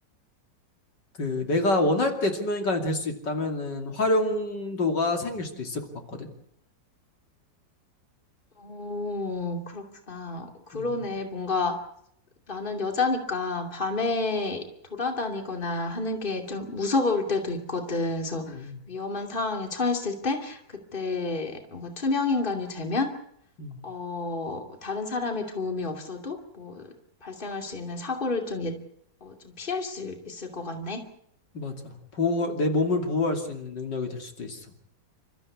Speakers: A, on the left (about 70°); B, on the left (about 25°).
A: 그 내가 원할 때 투명 인간이 될 수 있다면은 활용도가 생길 수도 있을 것 같거든.
B: 오, 그렇구나. 그러네.
A: 음,
B: 뭔가 나는 여자니까 밤에 돌아다니거나 하는 게 좀 무서울 때도 있거든. 그래서
A: 음,
B: 위험한 상황에 처했을 때, 그때 뭔가 투명 인간이 되면,
A: 음,
B: 어, 다른 사람의 도움이 없어도 뭐 발생할 수 있는 사고를 좀, 예, 어, 좀 피할 수 있을 것 같네.
A: 맞아. 보호 내 몸을 보호할 수 있는 능력이 될 수도 있어.